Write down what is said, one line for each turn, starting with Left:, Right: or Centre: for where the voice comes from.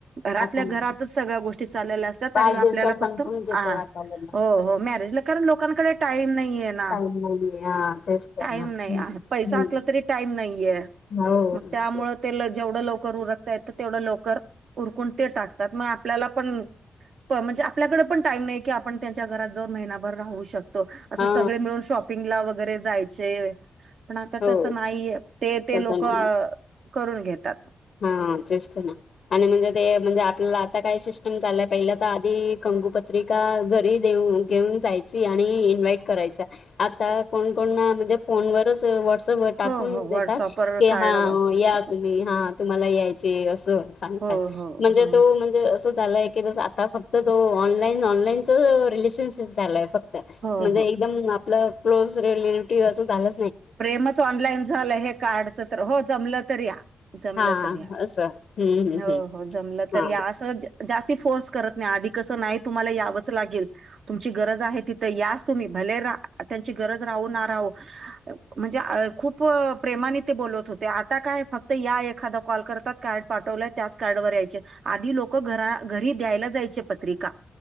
Right: घरातल्या
Left: आता नाही
Right: घरातच सगळ्या गोष्टी चाललेल्या असतात
Left: पाच
Right: तरी
Left: दिवसात
Right: आपल्याला
Left: संपून
Right: फक्त
Left: घेतो
Right: आ
Left: आता लग्न
Right: हो हो मॅरेजला कारण लोकांकडे टाईम नाही आहे ना.
Left: टाईम नाहीये हा तेच तर
Right: टाईम
Left: ना.
Right: नाही
Left: हम्म
Right: आहे पैसा
Left: हम्म
Right: असला तरी टाईम नाहीये.
Left: हो
Right: मग
Left: तेच
Right: त्यामुळं
Left: की.
Right: जेवढं लवकर उरकता येइल तेवढं लवकर उरकून ते टाकतात मग आपल्याला पण ण म्हणजे आपल्याकडे पण टाईम नाही की आपण त्यांच्या घरात जाऊन महिनाभर राहू शकतो असं
Left: हा
Right: सगळे मिळून शॉक पिंगला वगैरे जायचे पण आता
Left: हो
Right: तस नाहीये ते ते
Left: तसं
Right: लोक
Left: नाही.
Right: करून घेतात.
Left: हा तेच ते ना. आणि म्हणजे ते म्हणजे आपल्याला आता काय सिस्टम चालय पहिल्या तर आधी कंगुपत्री एका घरी देऊ घेऊन जायची आणि इन्व्हाइट करायचा. आता कोणकोण म्हणजे फोनवरच व्हॉट्सअपवर टाकवून
Right: हो हो
Left: देतात
Right: व्हॉट्सअपवर
Left: की
Right: कार्ड
Left: हा
Right: वापर
Left: या तुम्ही हा. लग्नाला यायचे असं सांगतात
Right: हो हो
Left: म्हणजे
Right: हो
Left: तो म्हणजे अस झाय की बस आता फक्त तो ऑनलाईन ऑनलाईनच रिलेशनशिप चालाय फक्त.
Right: हो
Left: म्हणजे
Right: हो
Left: एकदम आपलं <unintelligible> रिलेटिव्ह असं झालं.
Right: प्रेमच ऑनलाईन झालं हे कार्डच तर हो जमलं तर या. जमलं
Left: हा
Right: तर या,
Left: असं हम्म हम्म
Right: हो हो जमलं तर
Left: हम्म
Right: या असं जास्ती फोर्स करत नाही आधी कसं नाही तुम्हाला यावंच लागेल. तुमची गरज आहे तिथं यास तुम्ही भले रा त्यांची गरज राहू ना राहू. म्हणजे खूप प्रेमाने ते बोलवत होते आता काय फक्त या एखादा कॉल करतात का पाठवल्या त्याच कार्ड वर यायचे आधी लोक घ घरी द्यायला जायचे पत्रिका.